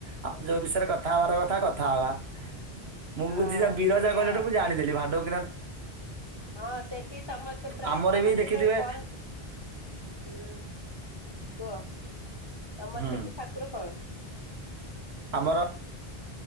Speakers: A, on the right (about 80°); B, on the left (about 25°).
A: ଆମର ଯୋଉ ବିଷୟରେ କଥା ହବାର କଥା କଥା ହବା। ମୁଁ
B: ହଁ
A: ବୁଝିଚି ତମ୍ ବିରଜା
B: ସେଇଆ
A: କଇଲା ଠୁଁ ମୁଁ ଜାଣିଦେଲି ମାଡ଼କ୍
B: ହଁ ସେଠି ସମସ୍ତେ ପ୍ରାୟ
A: ଆମର
B: ଛୁଆ
A: ବି
B: ମତେ
A: ଦେଖିଥିବେ
B: ଯେତବେଳେ କରନ୍ତି ହୁଁ କୁହ ତମର
A: ହୁଁ
B: ସେଠି ଠାକୁର କଣ?
A: ଆମର